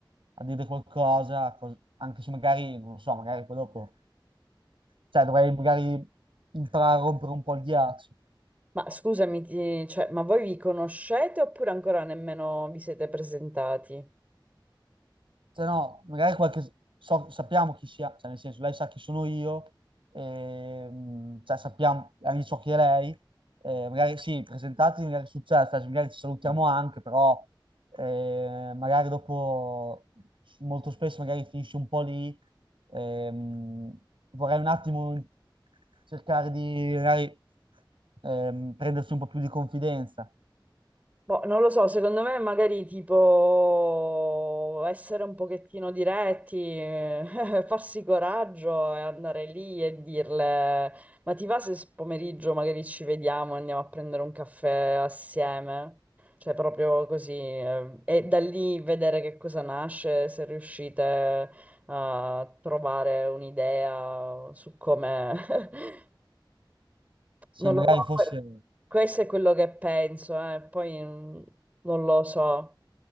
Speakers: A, on the right; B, on the right.
A: a dire qualcosa, cos- anche se magari, non lo so, magari poi dopo, cioè dovrei magari imparare a rompere un po' il ghiaccio.
B: Ma scusami, ti- cioè, ma voi vi conoscete oppure ancora nemmeno vi siete presentati?
A: Cioè, no, magari qualche... so- sappiamo chi sia, cioè nel senso, lei sa chi sono io, ehm, cioè sappiamo anche ciò che è lei, eh, magari sì, presentatevi, magari succede, cioè, magari ci salutiamo anche, però eh, magari dopo, molto spesso magari finisce un po' lì, ehm, vorrei un attimo cercare di magari ehm, prendersi un po' più di confidenza,
B: Boh, non lo so, secondo me magari tipo essere un pochettino diretti, eh, <laughs> farsi coraggio e andare lì e dirle, ma ti va se s- pomeriggio magari ci vediamo e andiamo a prendere un caffè assieme? Cioè proprio così, eh, e da lì vedere che cosa nasce, se riuscite a trovare un'idea su come <laughs>
A: sì,
B: Non
A: magari
B: lo so,
A: forse...
B: que- questo è quello che penso, eh, Poi mm, non lo so,